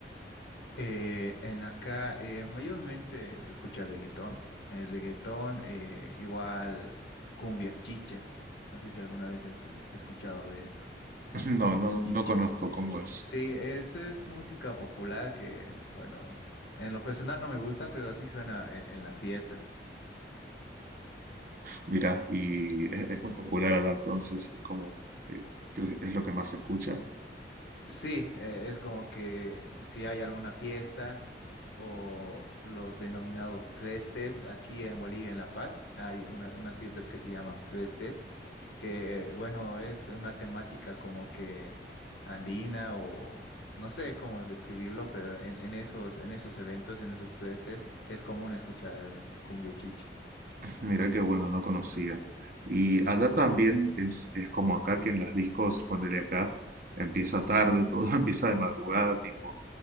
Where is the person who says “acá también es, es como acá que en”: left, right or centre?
Right